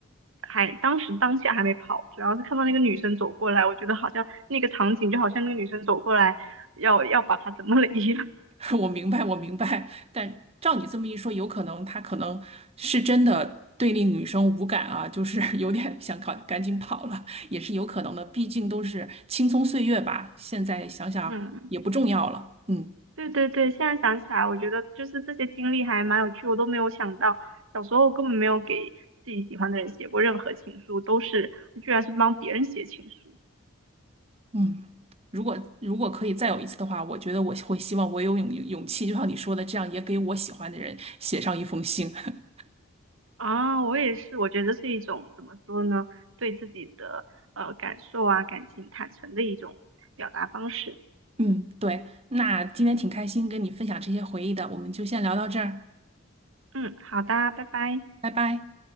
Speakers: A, on the right (about 70°); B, on the right (about 30°).
A: 还当时当下还没跑，主要是看到那个女生走过来，我觉得好像那个场景就好像那个女生走过来要要把他怎么了一样，
B: <laughs> 我明白，我明白。但照你这么一说，有可能他可能是真的对那女生无感啊，就是 <laughs> 有点想赶赶紧跑了，也是有可能的。毕竟都是青葱岁月吧，现在想想也不重要了。
A: <laughs> 嗯，
B: 嗯
A: 对对对，现在想起来，我觉得就是这些经历还蛮有趣，我都没有想到，小时候根本没有给自己喜欢的人写过任何情书，都是居然是帮别人写情书。
B: 嗯，如果如果可以再有一次的话，我觉得我会希望我有勇勇气，就像你说的，这样也给我喜欢的人写上一封信。<laughs>
A: 啊，我也是，我觉得是一种怎么说呢，对自己的呃感受啊、感情坦诚的一种表达方式。
B: 嗯，对。那今天挺开心跟你分享这些回忆的，我们就先聊到这儿，
A: 嗯，好的，拜拜。
B: 拜拜。